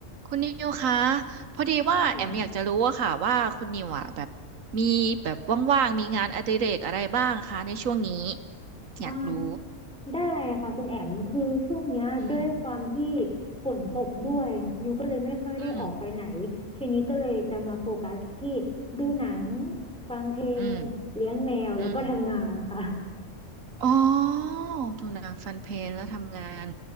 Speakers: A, on the right; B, in the centre.
A: คุณนิวคะพอดีว่าแอมอยากจะรู้อะค่ะว่าคุณนิวอะแบบมีแบบว่างๆมีงานอดิเรกอะไรบ้างคะในช่วงนี้
B: อ่า
A: อยากรู้
B: อ่าได้ค่ะคุณแอมคือช่วงเนี้ยด้วยความที่
A: อืม
B: ฝนตกด้วยนิวก็เลยไม่ค่อยได้ออกไปไหน
A: อืม
B: ทีนี้ก็เลยจะมาโฟกัสที่ดูหนังฟังเพลงเลี้ยงแมวแล้วก็ทำงานนะคะ
A: อืมอืมอ๋อดูหนังฟันเพลงแล้วทำงาน